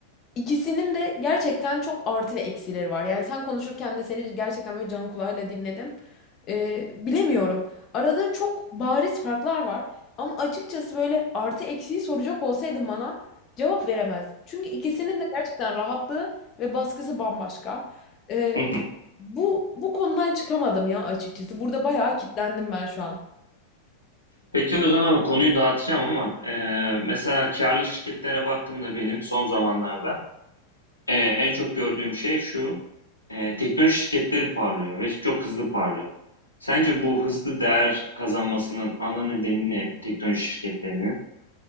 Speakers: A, on the left; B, on the left.
A: İkisinin de gerçekten çok artı ve eksileri var. Yani sen konuşurken de seni gerçekten böyle can kulağıyla dinledim. Ee, bilemiyorum. Arada çok bariz farklar var. Ama açıkçası böyle artı eksiği soracak olsaydın bana cevap veremezdim. Çünkü ikisinin de gerçekten rahatlığı ve baskısı bambaşka. Ee,
B: <laughs>
A: bu bu konudan çıkamadım ya açıkçası. Burada bayağı kitlendim ben şu an.
B: Peki o zaman konuyu dağıtacağım ama e, mesela karlı şirketlere baktığımda benim son zamanlarda e, en çok gördüğüm şey şu. e, teknoloji şirketleri parlıyor ve çok hızlı parlıyor. Sence bu hızlı değer kazanmasının ana nedeni ne teknoloji şirketlerinin?